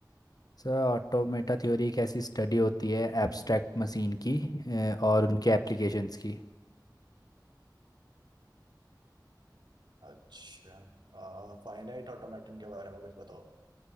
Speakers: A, on the left; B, on the right.
A: सर ऑटोमेटा थ्योरी एक ऐसी स्टडी होती है एब्स्ट्रैक्ट मशीन की अ, और उनके एप्लीकेशंस की
B: अच्छा फाइनाइट ऑटोमेटन के बारे में कुछ बताओ